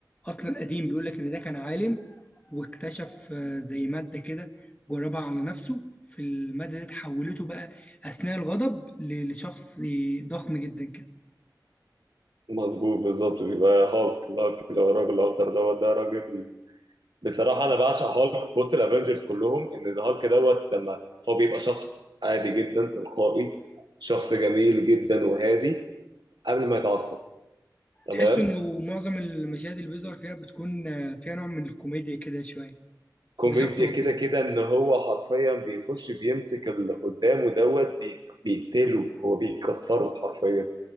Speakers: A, on the left; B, on the right.
A: اصلا قديم بيقول لك ان ده كان عالم واكتشف آه، زي ماده كده جربها على نفسه في الماده دي تحولته بقى اثناء الغضب ل- لشخص ضخم جدا كده
B: مظبوط بالظبط بيبقى هالك هالك اللي هو الراجل الاخضر دوت ده راجل بصراحه انا بعشق هالك في وسط الافنجرز كلهم ان هالك دوت لما هو بيبقى شخص عادي جدا تلقائي شخص جميل جدا وهادي قبل ما يتعصب تمام
A: تحس انه معظم المشاهد اللي بيظهر فيها بتكون آه، فيها نوع من الكوميديا كده شويه
B: كوميديا
A: هو شخص بسيط
B: كده كده ان هو حرفيا بيخش بيمسك اللي قدامه دوت بي- بيقتله هو بيكسره حرفيا